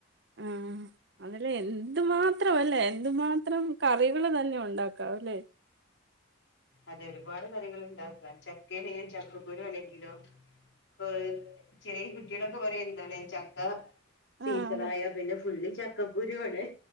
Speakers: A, on the right; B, on the left.
A: ആഹ് അതില് എന്തുമാത്രം അല്ലെ എന്തുമാത്രം കറികള് തന്നെ ഉണ്ടാക്കാവല്ലെ
B: അതെ ഒരുപാട് കറികൾ ഉണ്ടാക്കാ ചക്കല്ലങ്കിൽ ചക്കക്കുരു അല്ലെങ്കിലോ ഇപ്പൊ ചെറിയ കുട്ടികളൊക്കെ പറയല്ല്യെ എന്താണ് ചക്ക സീസണയാ
A: ആഹ് അതെ
B: പിന്നെ ഫുള്ളി ചക്കക്കുരു അല്ലെ